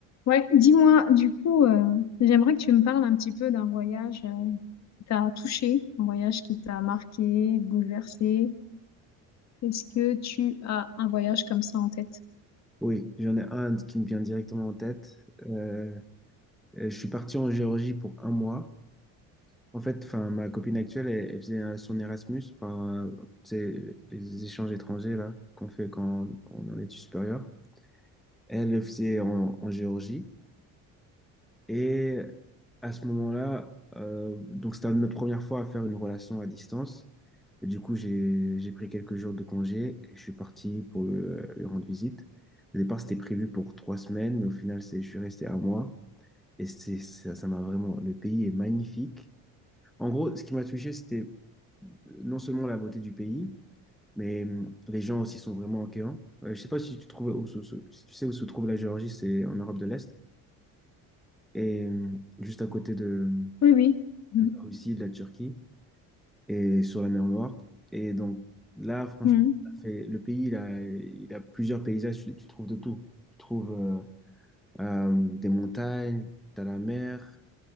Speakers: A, on the left (about 50°); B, in the centre.
A: Ouais, dis-moi, du coup, euh, j'aimerais que tu me parles un petit peu d'un voyage euh, qui t'a touché, un voyage qui t'a marqué, bouleversé. Est-ce que tu as un voyage comme ça en tête?
B: Oui, j'en ai un qui me vient directement en tête. Euh, euh, je suis parti en Géorgie pour un mois. En fait, enfin, ma copine actuelle, elle, elle faisait euh, son Erasmus, enfin, euh, c'est les échanges étrangers là qu'on fait quand on est en études supérieures. Elle le faisait en, en Géorgie Et à ce moment-là, euh, donc c'était notre première fois à faire une relation à distance. Et du coup, j'ai j'ai pris quelques jours de congé et je suis parti pour le- lui rendre visite. Au départ, c'était prévu pour trois semaines, mais au final, c'est, je suis resté un mois. Et c'est, ça, ça m'a vraiment. Le pays est magnifique. En gros, ce qui m'a touché, c'était non seulement la beauté du pays, mais hum, les gens aussi sont vraiment accueillants. Euh, je sais pas si tu trouves où se- se- si tu sais où se trouve la Géorgie, c'est en Europe de l'Est. Et hum, juste à côté de,
A: Oui, oui. Mhm.
B: de la Russie, de la Turquie et sur la mer Noire. Et donc là, franchement,
A: Mhm.
B: on a fait- le pays, il a, il a plusieurs paysages, tu, tu trouves de tout. Tu trouves euh, euh, des montagnes, t'as la mer,